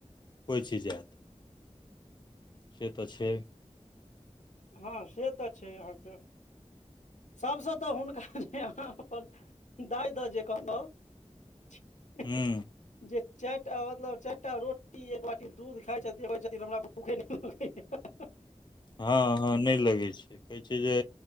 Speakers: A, on the left; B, on the left.
A: पैच जेत से तऽ छै
B: हँ से तऽ छै अहाँ कऽ सभसँ तऽ हुनका जे अहाँ अपन दाय दऽ जे कहलहुँ हे
A: हूँ
B: हे जे चारि टा मतलब चारि टा रोटी एक बाटी दूध खाइत छथिन कहय छथिन हमरा भूखे नहि लगैए
A: हँ हँ नहि लगैत छै कहैत छै जे